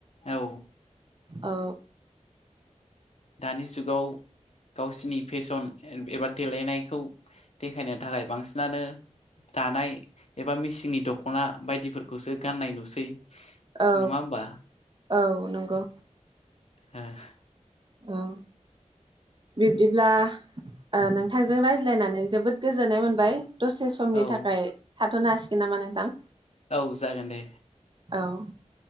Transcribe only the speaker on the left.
औ।
दानि जुगाव गावसिनि फेसन एबा देलायनायखौ देखायनो थाखाय बांसिनानो दानाय एबा मेसिंनि दख'ना बायदिफोरखौसो गाननाय नुसै।
नङा होमबा
हेह।
ओ
औ जागोन दे।